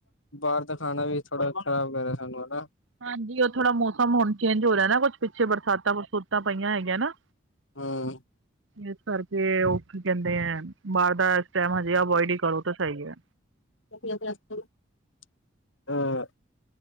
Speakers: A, on the left (about 80°); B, on the right (about 80°).
A: ਬਾਹਰ ਦਾ ਖਾਣਾ ਵੀ ਥੋੜਾ ਖ਼ਰਾਬ ਕਰ ਰਿਹਾ ਸਾਨੂੰ ਹਨਾ।
B: ਹਾਂਜੀ, ਉਹ ਥੋੜ੍ਹਾ ਮੌਸਮ ਹੁਣ ਚੇਂਜ ਹੋ ਰਿਹਾ ਨਾ, ਕੁਛ ਪਿੱਛੇ ਬਰਸਾਤਾਂ ਬਰਸੂਤਾਂ ਪਈਆਂ ਹੈਗੀਆਂ ਨਾ।
A: ਹੂੰ।
B: ਇਸ ਕਰਕੇ ਉਹ ਕੀ ਕਹਿੰਦੇ ਐ ਬਾਹਰ ਦਾ ਸਮਾਨ ਹਜੇ ਅਵੋਇਡ ਹੀ ਕਰੋ ਤਾਂ ਸਹੀ ਐ।
A: <unintelligible>